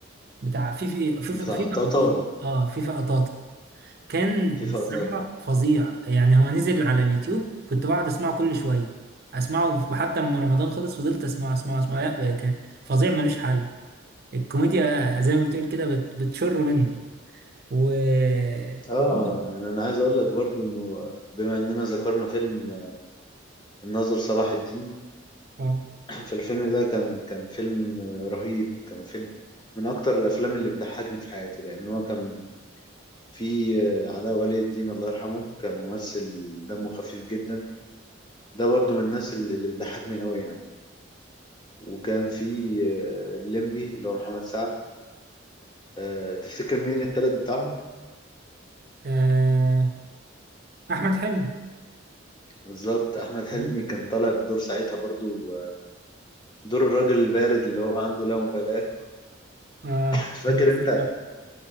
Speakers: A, on the right; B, on the left.
A: بتاع في في في
B: بتاع
A: في في قطاطة
B: قطاطا ولا
A: اه في في قطاطة كان
B: في قطاطا
A: بصراحة فظيع يعني هو نزل على اليوتيوب كنت بقعد اسمعه كل شوية اسمعه في- حتى لما رمضان خلص فضلت اسمعه اسمعه اسمعه لا كان فظيع ملوش حل الكوميديا زي ما بتقول كده بت- بتشر منه و
B: اه
A: و-
B: يعني انا عايز اقول لك برضو انه بما اننا ذكرنا فيلم الناظر صلاح الدين
A: اه
B: <clears throat> فالفيلم ده كان كان فيلم رهيب كان فيلم من أكتر الأفلام اللي بتضحكني في حياتي لأن هو كان فيه علاء ولي الدين الله يرحمه كان ممثل دمه خفيف جدا ده برضو من الناس اللي اللي بتضحكني أوي يعني وكان فيه آه، الليمبي اللي هو محمد سعد آه، تفتكر مين التالت بتاعهم؟
A: آه، احمد حلمي
B: بالظبط أحمد حلمي
A: مم.
B: كان طالع بدور ساعتها برضو آه، دور الراجل البارد اللي هو عنده لا مبالاة
A: اه
B: <laughs> فاكر
A: كان لذيذ
B: أنت